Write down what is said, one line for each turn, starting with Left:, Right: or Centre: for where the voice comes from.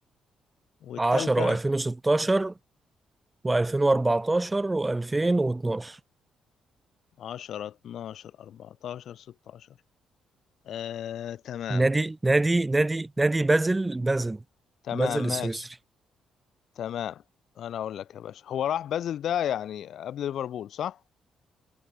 Left: والتالتة
Right: 10 و2016 و2014 و2012
Left: عشرة اتناشر أربعتاشر ستاشر آه تمام
Right: نادي نادي نادي نادي بازل بازل
Left: تمام
Right: بازل السويسري
Left: ماشي تمام انا اقول لك يا باشا هو راح بازل ده يعني قبل ليفربول صح